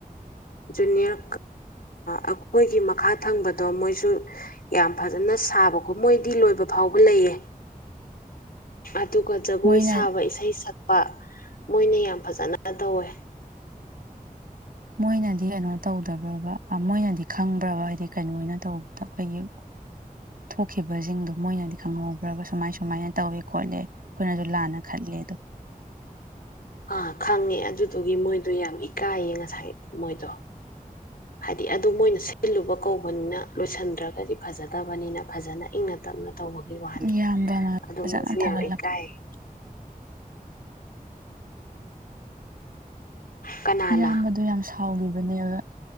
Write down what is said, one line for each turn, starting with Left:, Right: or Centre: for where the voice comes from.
Left: ꯖꯨꯅꯤꯌꯔ ꯑꯩꯈꯣꯏꯒꯤ ꯃꯈꯥ ꯊꯪꯕꯗꯣ ꯃꯣꯏꯁꯨ ꯌꯥꯝ ꯐꯖꯅ ꯁꯥꯕꯀꯣ ꯃꯣꯏꯗꯤ ꯂꯣꯏꯕ ꯐꯥꯎꯕ ꯂꯩꯌꯦ
Right: <inaudible>
Left: ꯑꯗꯨꯒ ꯖꯒꯣꯏ
Right: ꯃꯣꯏꯅ
Left: ꯁꯥꯕ ꯏꯁꯩ ꯁꯛꯄ ꯃꯣꯏꯅ ꯌꯥꯝ ꯐꯖꯅ ꯇꯧꯋꯦ
Right: ꯃꯣꯏꯅꯗꯤ ꯀꯩꯅꯣ ꯇꯧꯗꯕ꯭ꯔꯣꯕ ꯃꯣꯏꯅꯗꯤ ꯈꯪꯕ꯭ꯔꯕ ꯍꯥꯏꯗꯤ ꯀꯩꯅꯣ ꯑꯣꯏꯅ ꯇꯧꯕꯗ ꯑꯩꯈꯣꯏꯒꯤ ꯊꯣꯛꯈꯤꯕꯁꯤꯡꯗꯣ ꯃꯣꯏꯅꯗꯤ ꯈꯪꯍꯧꯕ꯭ꯔꯕ ꯁꯨꯃꯥꯏ ꯁꯨꯃꯥꯏꯅ ꯇꯧꯋꯦ ꯈꯣꯠꯂꯦ ꯑꯩꯈꯣꯏꯅꯁꯨ ꯂꯥꯟꯅ ꯈꯠꯂ <inaudible> <inaudible>
Left: ꯑꯥ ꯈꯪꯉꯦ ꯑꯗꯨꯗꯨꯒꯤ ꯃꯣꯏꯗꯣ ꯌꯥꯝ ꯏꯀꯥꯏꯌꯦ ꯉꯁꯥꯏ ꯃꯣꯏꯗꯣ ꯍꯥꯏꯗꯤ ꯑꯗꯨ ꯃꯣꯏꯅ ꯁꯤꯜꯂꯨꯕ ꯀꯧꯕꯅꯤꯅ ꯂꯣꯏꯁꯤꯟꯗ꯭ꯔꯒꯗꯤ ꯐꯖꯗꯕꯅꯤꯅ ꯐꯖꯅ ꯏꯪꯅ ꯇꯞꯅ ꯇꯧꯕꯒꯤ ꯋꯥꯅꯤ
Right: ꯏꯌꯥꯝꯕ ꯑꯃ
Left: ꯑꯗꯣ
Right: ꯐꯖꯅ
Left: ꯃꯣꯏꯁꯨ
Right: ꯊꯥꯒꯠꯂꯛꯀꯦ
Left: ꯌꯥꯝ ꯏꯀꯥꯏ <inaudible> ꯀꯅꯥꯅ
Right: ꯏꯌꯥꯝꯕꯗꯣ ꯌꯥꯝ ꯁꯥꯎꯈꯤꯕꯅꯦꯕ